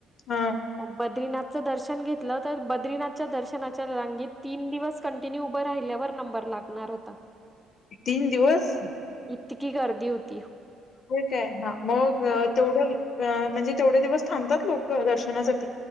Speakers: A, on the left (about 55°); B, in the centre.
A: हा
B: बद्रीनाथचं दर्शन घेतलं तर बद्रीनाथच्या दर्शनाच्या रांगीत तीन दिवस कंटिन्यू उभं राहिल्यावर नंबर लागणार होता
A: तीन दिवस
B: इतकी करदीत
A: काय हा मग तेवढं म्हणजे तेवढे दिवस थांबतात लोक दर्शनासाठी